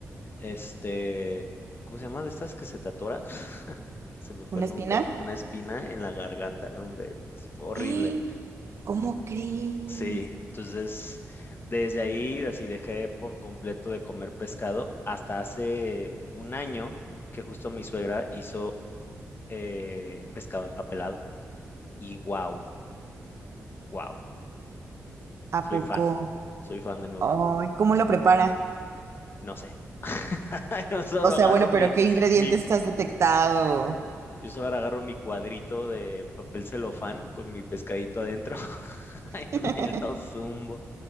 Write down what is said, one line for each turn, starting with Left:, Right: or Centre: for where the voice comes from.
Left: este, ¿cómo se llama? De estas que se te atoran. <laughs> Se me fue
Right: ¿Una
Left: el
Right: espina?
Left: nombre, una espina en la garganta, no, hombre, fue horrible.
Right: ¡Eh! ¿Cómo crees?
Left: Sí, entonces desde ahí así dejé por completo de comer pescado hasta hace un año que justo mi suegra hizo eh, pescado empapelado y wow, wow,
Right: ¿A
Left: soy
Right: poco?
Left: fan, soy fan de nuevo,
Right: Ay, ¿cómo lo prepara?
Left: no sé, <laughs> yo solo
Right: O sea,
Left: agarro
Right: bueno,
Left: mi,
Right: pero ¿qué ingredientes
Left: mi,
Right: has detectado?
Left: yo solo agarro mi cuadrito de papel celofán con mi pescadito adentro <laughs> y
Right: <laughs>
Left: me lo zumbo.